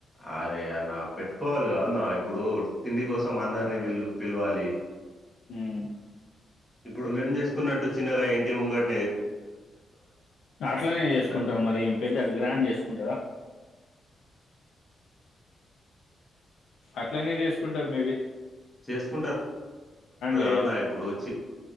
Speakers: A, in the centre; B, on the left.
A: అ అరే అన్న పెట్టుకోవాలి కద అన్న ఇప్పుడు తిండి కోసం అందరినీ పిల్ పిలవాలి.
B: మ్మ్
A: ఇప్పుడు మేం చేసుకున్నట్టు చిన్నగా ఇంటి ముంగట్
B: అట్లనే చేసుకుంటాం
A: ద
B: మరి ఏం పెద్ద గ్రాండ్ చేసుకుంటారా? అట్లనే చేసుకుంటారు మే బి
A: చేసుకుంటారు గా
B: చేయరు
A: అన్నా ఇప్పుడు చ్చి